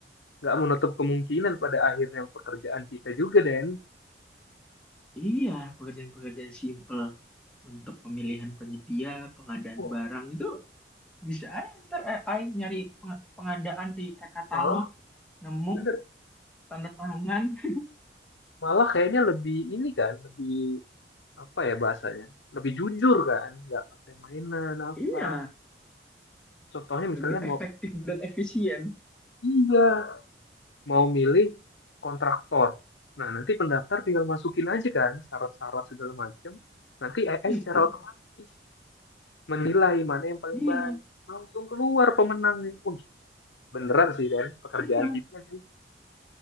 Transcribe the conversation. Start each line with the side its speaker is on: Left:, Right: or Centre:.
Left: nggak menutup kemungkinan pada akhirnya pekerjaan kita juga Den
Centre: Iya, pekerjaan-pekerjaan simple untuk pemilihan penyedia, pengadaan
Left: Wah,
Centre: barang itu bisa aja ntar AI nyari peng- pengadaan di e-katalog,
Left: malah
Centre: nemu
Left: bener
Centre: tanda tangan. <laughs>
Left: malah kayaknya lebih ini kan lebih apa ya bahasanya lebih jujur kan nggak ada mainan apa
Centre: Iya,
Left: contohnya misalnya
Centre: lebih
Left: mau
Centre: efektif dan efisien.
Left: iya mau milih kontraktor nah nanti pendaftar tinggal masukin aja kan syarat-syarat segala macam nanti AI
Centre: Mm-mm.
Left: secara otomatis menilai mana yang paling
Centre: Iya,
Left: baik langsung keluar pemenangnya wih beneran sih kan pekerjaan
Centre: iya.
Left: kita kan